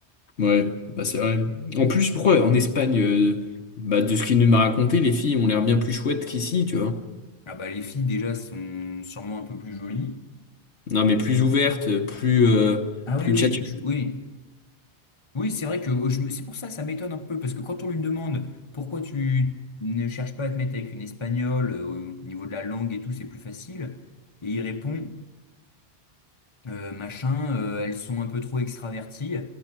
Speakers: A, on the left; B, on the left.
A: Ouais, bah c'est vrai. En plus pourquoi en Espagne euh, bah de ce qu'il nous m'a raconté, les filles ont l'air bien plus chouettes qu'ici, tu vois.
B: Ah bah, les filles, déjà, sont sûrement un peu plus jolies.
A: Non, mais plus ouverte, plus, euh,
B: Ah
A: plus
B: oui, oui,
A: tchatcheuse.
B: je- oui. Oui, c'est vrai que oh, je me- c'est pour ça que ça m'étonne un peu, parce que quand on lui demande pourquoi tu ne cherches pas à te mettre avec une espagnole, euh, au niveau de la langue et tout, c'est plus facile, et il répond, euh, machin, euh, elles sont un peu trop extraverties,